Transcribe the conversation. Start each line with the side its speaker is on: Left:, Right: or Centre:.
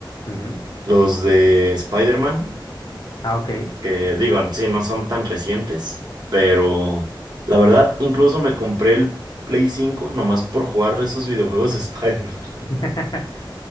Left: ujú.
Right: Los de Spider-Man,
Left: Ah, ok.
Right: que digo, sí, no son tan recientes, pero la verdad, incluso me compré el Play cinco nomás por jugar esos videojuegos de Spider-Man. <laughs>
Left: <laughs>